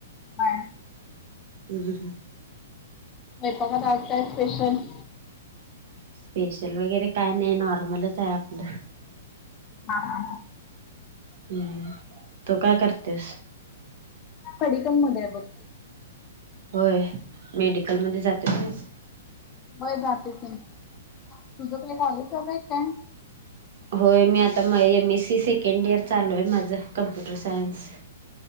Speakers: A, on the left; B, on the right.
A: हा.
B: हम्.
A: स्वयंपाकात आताय स्पेशल
B: स्पेशल वगैरे काय नाही नॉर्मलच आहे आपलं.
A: हा हा.
B: हम्म तू काय करतेस?
A: मेडिकल मध्येआहे बग.
B: होय मेडिकलमध्येध्ये जाते.
A: होय जाते की. तुझं काही कॉलेज चाल आहेत काय?
B: होय मी आता M S C second year चालू आहे माझं कम्प्युटर सायन्स